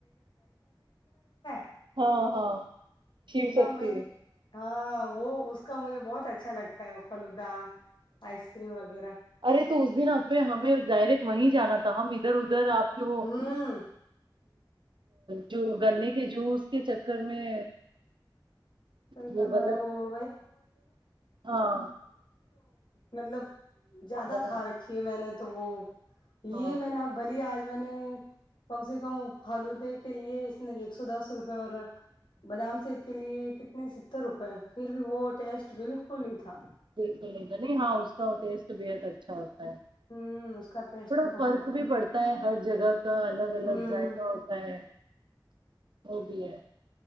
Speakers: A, on the left; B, on the right.
A: <inaudible>
B: ہاں ہاں شیو شتی
A: میں ہاں وہ اس اس کا مجھے بہت اچھا لگتا ہے وہ فلودا آئس کریم وغیرہ
B: ارے تو اس دن آنے ہمیں ڈائریکٹ وہیں جانا تھا ہم ادھر ادھر آپ کے وہ
A: ہوں
B: جو گنے کے جوس کے چکر میں
A: <inaudible> تو
B: وہ غلط ہاں
A: مطلب زیادہ
B: بنا
A: کھا رکھی ہے میں نے تو وہ
B: ہاں
A: یہ میں نےا بلی آج میں نے کم سے کم فالوودے کے لیے اس ایک سو دس روپئے اور بادام س کے لیے کنے اتنے ستر روپئے پھر بھی وہ ٹیسٹ بالکل نہیں تھا
B: بالکل نہیں نہیں ہاں اس کا ٹیسٹ بت اچھا ہوتا
A: ہ اس کا ٹیسٹ
B: تھوڑا
A: بہت
B: فرق
A: ہے
B: بھی پڑتا ہے ہر جگہ کا الگ الگ
A: ہ
B: ذائقہ ہوتا ہے اور بھی ہے